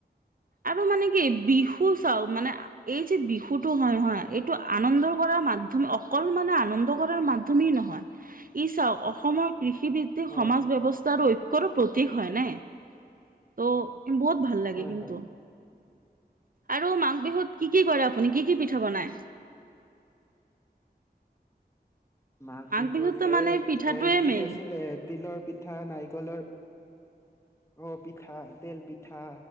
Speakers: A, on the right (about 55°); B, on the left (about 15°).
A: আৰু মানে কি বিহু চাওঁ মানে, এই যে বিহু ফুটো হয়, হয়, এইটো আনন্দ কৰাৰ মাধ্যম অকল মানে আনন্দ কৰাৰ মাধ্যম মাধ্যমে নহয় ই চাওক অসমৰ কৃষিভিত্তিক
B: হয়
A: সমাজ ব্যৱস্থাৰ কৰো প্ৰতীক হয় নে ত' বহুত ভাল লাগে
B: হয়
A: কিন্তু।
B: হয়
A: আৰু মাঘ বিহুত কি কি কৰে আপুনি কি কি পিঠা বনায়? <inaudible>
B: মাঘ বিহুত
A: বিহুততো মানে
B: এই
A: পিঠাটোৱে
B: এ কি
A: মেইন
B: আছিলে তিলৰ পিঠা নাৰিকলৰ অ, পিঠা তেল পিঠা।